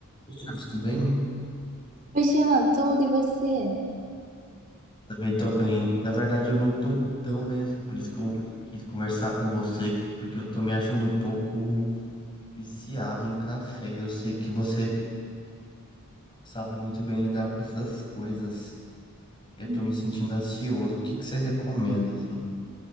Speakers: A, on the left (about 20°); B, on the right (about 35°).
A: Oi, Jefferson, Tudo bem?
B: Oi, Jean, tudo e você?
A: Também tô bem. Na verdade, eu não tô tão bem assim, por isso que eu quis conversar com você, porque eu tô me achando um pouco viciado em café. Eu sei que você sabe muito bem lidar com essas coisas. Eu
B: Uhum.
A: tô me sentindo ansioso. O que que você recomenda, assim?